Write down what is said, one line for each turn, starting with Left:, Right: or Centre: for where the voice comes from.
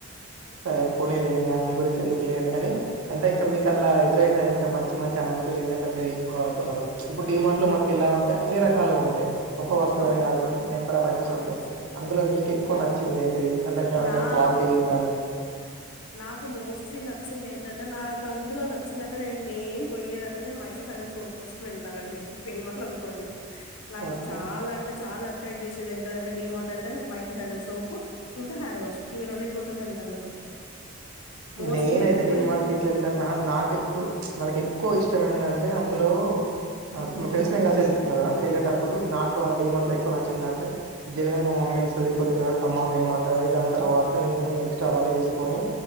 Right: సరె పోనీలేండి ఆ అన్న గురించి ఎందుకులెండి గాని అంటే ఇంక మీక్ అలా ఎదురైనా ఇంకా మంచి మంచి అనుభూతులు ఏంటంటే మీరు ఏం కొన్నుకున్నారు ఇప్పుడు డీ మార్ట్ లో మనకి ఎలా ఉంటాయి అన్ని రకాలుగ ఉంటాయి ఒక వస్తువు
Left: అవును
Right: అని కాకుండా నింబర్ ఆఫ్ ఐటమ్స్
Left: అవును
Right: ఉంటాయి అందులో మీకేక్కువ నచ్చ చెంది ఏంటిది అంటే మ
Left: నాకు
Right: దాని క్వాలిటీ గానీ
Left: నాకు మోస్ట్లీ నచ్చింది ఏంటంటే నాక్ అందులో న నచిందటే నేను మెయిన్ పోయేదంటే మైసూర్ సైడ్ సోపు కోసం వెళ్తానండి మీర్ ఎమ్మన అనుకోండి నాకు
Right: ఓకే
Left: చాలా అంటే చాలా అట్రాక్ట్ చేసేది ఎంటిదంటే డిమోట్ అంటే నాకు మైసుర్ సాండల్ సోపు ఇంకా హ్యాండ్ వాష్ ఇవి రెండిటి కోసమే వెళ్తా నేను మోస్ట్లీ
Right: నేనైతే
Left: ఎప్పుడు
Right: డీ
Left: ఎళ్ళి
Right: మార్ట్ కి ఎట్లేళ్త నా నాక్ ఎప్పుడు మనకి ఎక్కువ ఇష్ట ఇష్టం ఏంటంటే అందులో ఆ మ ఫ్రెండ్స్ మేము కలిసి వెళ్తా కదా వెళ్ళేటప్పుడు నాకు ఆ డీమర్ట్ లో ఎక్కువ నచ్చిందంటే జనగాలు మా మమ్మీ ఎస్టది కొన్ని దేగల సామాన్లు మంటది దాన్ తర్వాత నేను నెక్స్ట్ అవన్నీ తీసుకొని